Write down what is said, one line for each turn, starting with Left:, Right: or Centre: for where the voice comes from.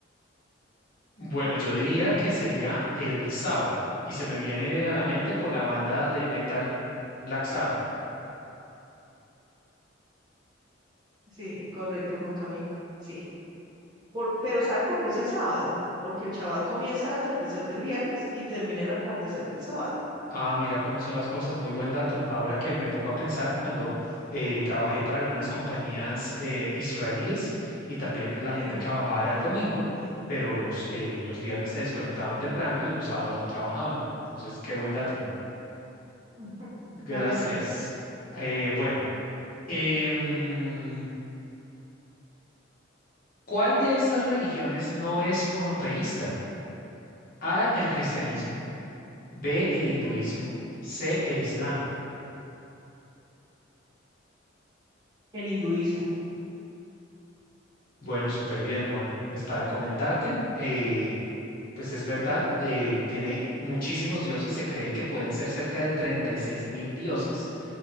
Left: bueno, yo diría que sería el sábado y se me viene a la mente por la banda de metal Black Sabbath.
Right: Sí, correcto, Juan Camilo. Sí. Por- pero ¿sabes por qué es el sábado? Porque el Shabbat comienza al atardecer del viernes y termina el atardecer del sábado.
Left: Ah, mira cómo son las cosas, muy buen dato. Ahora que me pongo a pensar, cuando eh, trabajé para algunas compañías eh, israelíes y también pues la gente
Right: Ujú.
Left: trabajaba era el domingo, pero los, eh, los viernes se desconectaban temprano y los sábados no trabajaban. Entonces, qué buen dato,
Right: Dale.
Left: Moni.
Right: <laughs>
Left: Gracias.
Right: Dale tú.
Left: Eh, bueno, em, ¿cuál de estas religiones no es monoteísta? A, el cristianismo, B, el hinduismo, C, el islam.
Right: El hinduismo.
Left: Bueno, súper bien, Moni. Pues para comentarte, eh, pues es verdad, eh, tiene muchísimos dioses, se cree que pueden ser cerca de treinta y seis mil dioses.